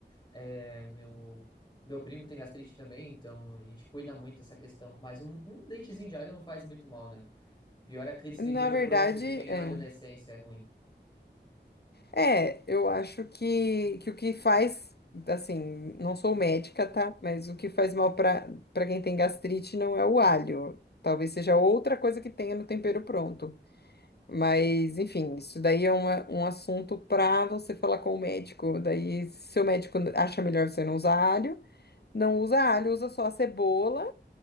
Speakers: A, on the left; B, on the left.
A: é, meu, meu primo tem gastrite também, então a gente cuida muito dessa questão. Mas um, um dentezinho de alho não faz muito mal, né? Pior é aqueles
B: Na
A: tempero
B: verdade,
A: pronto que tem
B: é.
A: alho na essência, é ruim.
B: É, eu acho que, que o que faz, assim, não sou médica, tá? Mas o que faz mal para para quem tem gastrite não é o alho. Talvez seja outra coisa que tenha no tempero pronto. Mas, enfim, isso daí é uma, um assunto para você falar com o médico. Daí, se o médico acha melhor você não usar alho, não usa alho, usa só a cebola